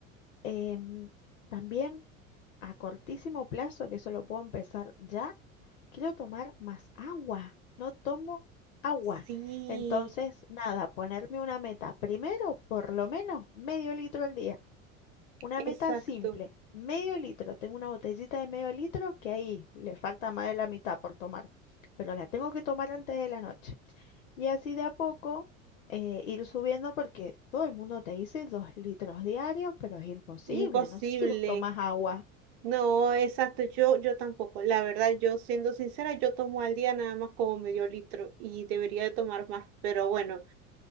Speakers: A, on the left (about 70°); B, on the right (about 50°).
A: Em, también a cortísimo plazo, que eso lo puedo empezar ya, quiero tomar más agua. No tomo agua.
B: sí,
A: Entonces, nada, ponerme una meta. Primero, por lo menos medio litro al día. Una
B: exacto,
A: meta simple, medio litro. Tengo una botellita de medio litro que ahí le falta más de la mitad por tomar, pero la tengo que tomar antes de la noche. Y así de a poco eh, ir subiendo porque todo el mundo te dice dos litros diarios, pero es imposible.
B: imposible.
A: No sé si vos tomas agua.
B: No, exacto, yo, yo tampoco. La verdad, yo siendo sincera, yo tomo al día nada más como medio litro y debería de tomar más, pero bueno,